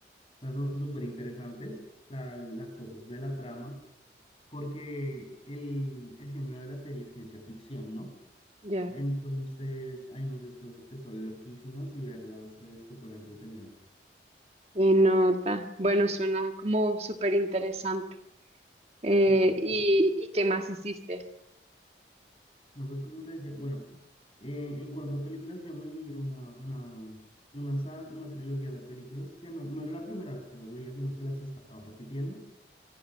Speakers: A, on the left (about 30°); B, on the right (about 35°).
A: o sea, son súper interesantes, o sea, las cosas de la trama porque el, el género de la serie es ciencia ficción, ¿no?
B: Ya.
A: Entonces hay muchas cosas que son loquísimas y verlas es súper entretenido.
B: Qué nota. Bueno, suena como súper interesante. Eh,
A: Y tal
B: ¿y,
A: cual.
B: y qué más hiciste?
A: No, pues como te decía, bueno, eh, en cuanto a películas, yo me vi una, una, una, sa- una trilogía de películas que no, no era la primera vez que las veía, sino que las estaba repitiendo,